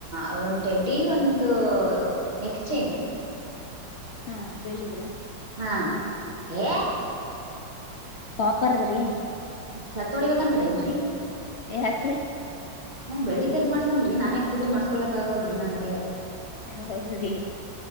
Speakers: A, on the right; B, on the left.
A: ಅದೊಂದ್ ಟೆಡ್ಡಿ ಒಂದು ನೆಕ್ ಚೈನ್
B: ಹಾ ಬೆಳ್ಳಿದ್ರಿ
A: ಹ ಹ
B: ಕಾಪಾರದ್ರಿ
A: ಸತ್ತ ಹೊಡಿಬೇಕನ್ರನ್ರರಿ
B: ಯಾಕ್ರೀ
A: ಮ್- ಬೆಳ್ಳಿಲ್ ಮಾಡಸಂಬ್ರೀ ನಾನೇ ಖುದು ಮಾಡಸ್ಕೊಳಕ್ಗಲ್ರಿ ನನ್ ಕೈಯಗಾ.
B: ಹ- ಸರಿ